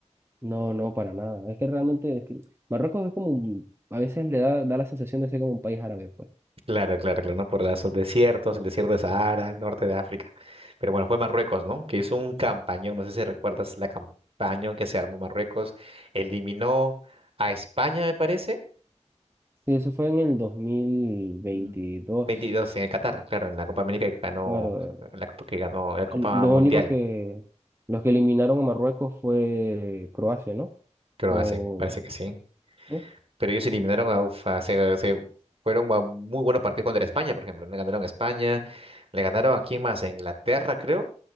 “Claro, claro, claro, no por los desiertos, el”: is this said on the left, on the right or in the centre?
Right